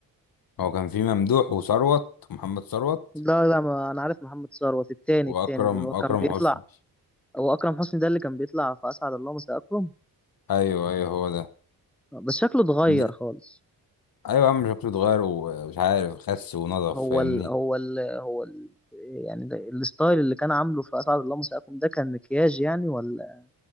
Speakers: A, on the left (about 60°); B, in the centre.
A: هو كان في ممدوح وثروت محمد ثروت
B: لا لا ما انا عارف محمد ثروت التاني
A: واكرم
B: التاني اللي هو كان
A: اكرم
B: بيطلع
A: حسني
B: هو اكرم حسني ده اللي كان بيطلع في اسعد الله مساء اكرم
A: ايوه ايوه هو ده,
B: بس شكله اتغير
A: ده...
B: خالص
A: ايوه يا عم شكله اتغير ومش عارف خس ونضف
B: هو
A: فاهمني
B: ال... هو ال... هو ال... يعني ده- الستايل اللي كان عامله في اسعد الله مساء اكرم ده كان مكياج يعني ولا